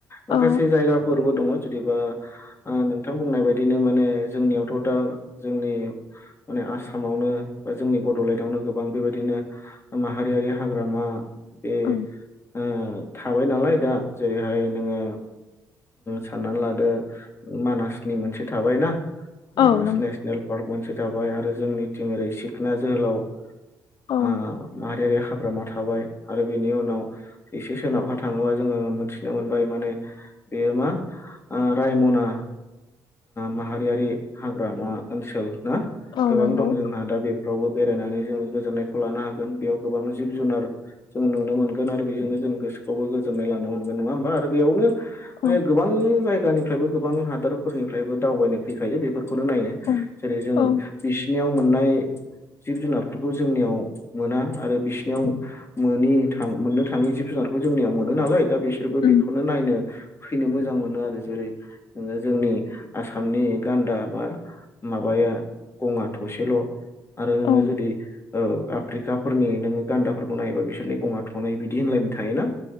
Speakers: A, on the left; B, on the left.
A: माखासे
B: औ
A: जायगाफोरबो दङ। जदिबा नोंथां बुंनाय बायदिनो माने जोंनियावथ दा जोंनि माने आसामावनो बा जोंनि बडलेण्डआवनो गोबां बेबायदिनो माहारियारि हाग्रामा बे
B: ओं
A: ओ थाबाय नालाय दा जेरैहाय नोङो साननानै लादो मानासनि मोनसे थाबाय ना। मानास
B: औ नंगौ
A: नेसनेल पार्क मोनसे थाबाय आरो जोंनिथिं ओरै सिखना जोहोलाव
B: औ
A: ओ <unintelligible> हाग्रामा थाबाय आरो बेनि उनाव एसे सोनाबहा थाङोबा जोङो मोनथिनो मोनबाय माने बेयो मा रायमना माहारियारि हाग्रामा ओनसोल ना
B: औ
A: गोबां
B: नंगौ
A: दं जोंहा दा बे रावबो बेरायनानै जोङो गोजोननायखौ लानो हागोन बेयाव गोबां जिब जुनार जों नुनो मोनगोन आरो बेजोंनो जों गोसोखौबो गोजोननाय लानो मोनगोन नङा होमबा आरो बेयावनो
B: औ
A: गोबां जायगानिफ्रायबो गोबां हादोरफोरनिफ्रायबो दावबायनो फैखायो बेफोर खौनो नायनो
B: औ
A: जेरै जों
B: औ
A: बिसिनियाव मोननाय जिब जुनारफोरखौ जोंनियाव मोना आरो बिसिनियाव मोनि मोननो थाङि जिब जुनार जोंनियाव मोनो नालाय दा बिसोरबो
B: उम
A: बेखौनो नायनो फैनो मोजां मोनो आरो जेरै नोङो जोंनि आसामनि गान्दा बा माबाया गङा थसेल'। आरो नोङो
B: औ
A: जुदि औ आफ्रिकाफोरनि नोङो गान्दाफोरखौ नायोबा बिसोरनि गङा थनै बिदि होनलायनाय थायोना।